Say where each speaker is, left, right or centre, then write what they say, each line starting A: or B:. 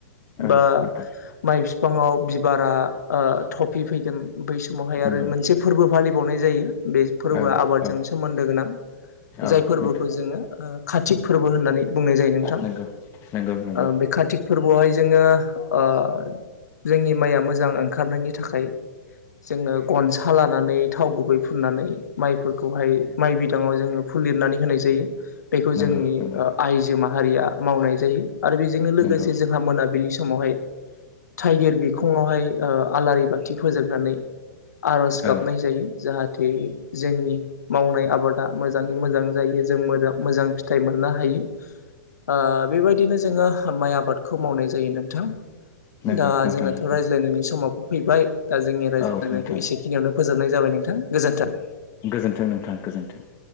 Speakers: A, on the left; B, on the left.
A: औ
B: बा
A: नोंथां
B: माइ बिफाङाव बिबारा ओ- थफि फैगोन बै समावहाय
A: नंगौ
B: आरो मोनसे फोरबो फालिबावनाय जायो बे फोरबोआ
A: औ
B: आबादजों
A: औ
B: सोमोन्दो गोनां
A: औ
B: जाय फोरबोखौ
A: नोंथां
B: जोङो ओ कातिक फोरबो होननानै बुंनाय जायो नोंथां।
A: नंगौ नंगौ नंगौ।
B: ओ बे कातिक फोरबोआवहाय जोङो ओ- जोंनि माइया मोजां ओंखारनायनि थाखाय जोङो गनसा लानानै थाव गुबै फुननानै माइफोरखौहाय माइ बिदाङाव जोङो फुलिरनानै होनाय जायो। बेखौ
A: नंगौ
B: जोंनि
A: नंगौ
B: आइजो माहारिया मावनाय जायो आरो बेजोंनो लोगोसे
A: नंगौ
B: जोंहा मोनाबिलि समाव समावहाय टाइगिर बिखङावहाय ओ- आलारि बाथि फोजोंनानै आर'ज गाबनाय
A: औ
B: जायो जाहाथे जोंनि मावनाय आबादा मोजाङै मोजां जायो जों मो मोजां फिथाइ मोननो हायो ओ- बेबायदिनो जोङो माइ आबादखौ मावनाय जायो नोंथां।
A: नंगौ
B: दा
A: नोंथां
B: जोंनाथ'
A: नंगौ
B: रायज्लायनायनि समाबो फैबाय दा जोंनि रायज्लायनायखौ
A: औ नोंथां
B: एसे खिनियावनो फोजोबनाय जाबाय नोंथां गोजोन्थों।
A: गोजोन्थों नोंथां गोजोन्थों।